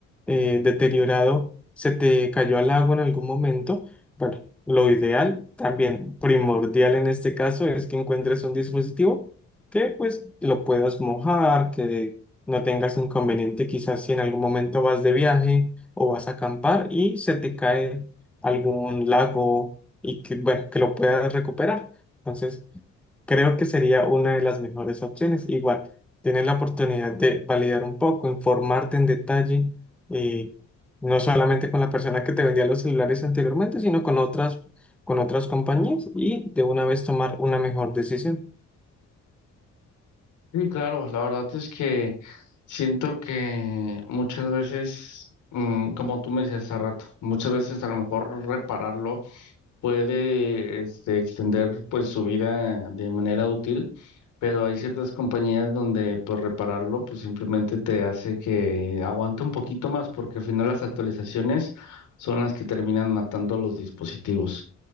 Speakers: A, in the centre; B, on the left (about 80°).
A: eh, deteriorado se te cayó al agua en algún momento. Bueno, lo ideal, también primordial en este caso, es que encuentres un dispositivo que pues lo puedas mojar, que no tengas inconveniente quizás si en algún momento vas de viaje o vas a acampar y se te cae algún lago y que, bueno, que lo puedas recuperar. Entonces, creo que sería una de las mejores opciones. Igual, tienes la oportunidad de validar un poco, informarte en detalle. eh, no solamente con la persona que te vendía los celulares anteriormente, sino con otras, con otras compañías y de una vez tomar una mejor decisión.
B: Sí, claro, la verdad es que siento que muchas veces, mm, como tú me decías hace rato, muchas veces a lo mejor repararlo. puede este, extender pues su vida de manera útil, pero hay ciertas compañías donde pues repararlo pues simplemente te hace que aguante un poquito más porque al final las actualizaciones son las que terminan matando los dispositivos.